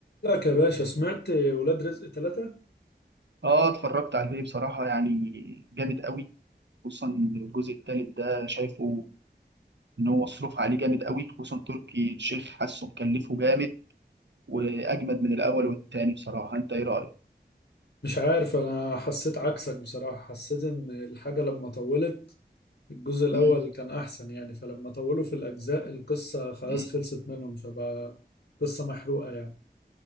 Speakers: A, on the left (about 80°); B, on the right (about 85°).
A: لك يا باشا سمعت ولاد رزق ثلاثة
B: اه اتفرجت عليه بصراحة يعني جامد قوي خصوصا الجزء الثالث ده شايفه ان هو مصروف عليه جامد قوي خصوصا تركي الشيخ حاسه مكلفه جامد واجمد من الاول والتاني بصراحة انت ايه رأيك؟
A: مش عارف انا حسيت عكسك بصراحة حسيت ان الحاجة لما طولت الجزء الاول
B: مم.
A: كان احسن يعني فلما طولوا في الاجزاء القصة خلاص
B: مم.
A: خلصت منهم فبقى قصة محروقة يعني